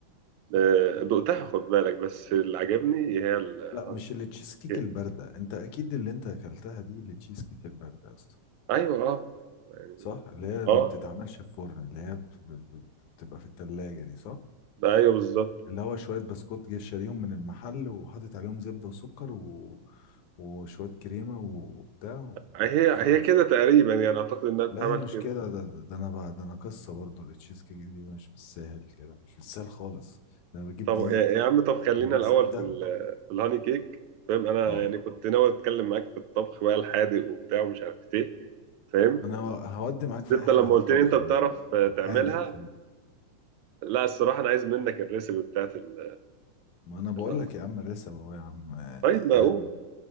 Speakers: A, on the right; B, on the left.
A: آه، دقتها خد بالك بس اللي عجبني هي ال- الهاني
B: لا مش التشيز كيك
A: كيك
B: البارده انت اكيد اللي انت اكلتها دي التشيز كيك البارده يا اسطى
A: ايوه اه يعني
B: صح اللي هي ما
A: اه
B: بتتعملش في فرن اللي هي بت- بت- بتبقى في التلاجة دي صح
A: ده ايوه بالظبط
B: اللي هو شوية بسكوت جاي شاريهم من المحل وحاطط عليهم زبدة وسكر وشوية كريمة وبتاع وخلاص
A: هي هي كده تقريبا يعني اعتقد انها بتتعمل
B: لا هي مش
A: كده
B: كده ده, ده, ده انا بقى ده انا قصة برضو التشيز كيك دي مش بالساهل كده مش بالساهل خالص ده انا بجيب
A: طب
B: دقيق
A: يا يا عم طب خلينا
B: واجيب
A: الاول
B: زبدة
A: في ال- في الهاني كيك فاهم انا
B: اه
A: يعني كنت ناوي اتكلم معاك في الطبخ بقى الحادق وبتاع ومش عارف ايه فاهم
B: انا هودي معاك
A: بس
B: في
A: انت
B: اي حاجة
A: لما
B: في الطبخ
A: قلت لي انت بتعرف
B: عموما
A: آه،
B: في
A: تعملها
B: الحادق في ال-
A: لا الصراحه انا عايز منك الريسيبي بتاعت ال-
B: ما انا بقول
A: الهاني
B: لك
A: كيك
B: يا عم الرسم اهو يا عم آه،
A: طيب
B: آه،
A: معقول
B: آه.